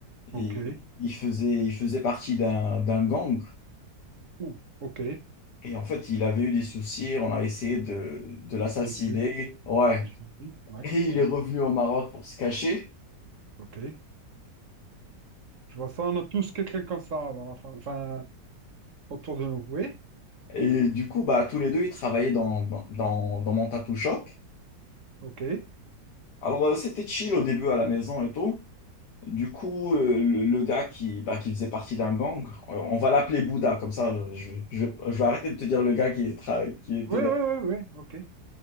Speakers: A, on the right; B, on the left.
A: Ok.
B: Et il faisait, il faisait partie d'un, d'un gang.
A: Ouh, ok.
B: Et en fait, il avait eu des soucis. On a essayé de, de l'assassiner.
A: De le tuer.
B: Ouais.
A: Je dis.
B: <laughs>
A: Ouais.
B: Et il
A: ouais,
B: est revenu
A: ouais.
B: au Maroc pour se cacher.
A: Ok. Je vois ça, on a tous quelqu'un comme ça dans la fa- enfin, autour de nous. Oui.
B: Et du coup, bah, tous les deux, ils travaillaient dans, dans, dans, dans mon tattoo shop.
A: Ok. Mhm.
B: Alors, euh, c'était chill au début à la maison et tout. Du coup, euh, le, le gars qui, bah, qui faisait partie d'un gang, euh, on va l'appeler Bouddha, comme ça, je, je, vais- je vais arrêter de te dire le gars qui, tra- qui était
A: Oui,
B: dans.
A: oui, oui, oui. Ok.